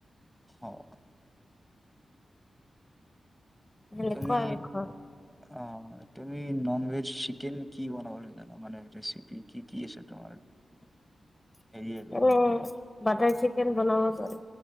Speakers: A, in the centre; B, on the left.
A: অঁ।
B: সেনেকুৱা
A: তুমি
B: আৰু ঘৰত
A: অ' তুমি নন ভেজ চিকেন কি বনাবলে জানা? মানে ৰেচেপি কি কি আছে তোমাৰ?
B: <unintelligible>
A: হেৰি আৰু
B: এনে বাটাৰ চিকেন বনাব জানো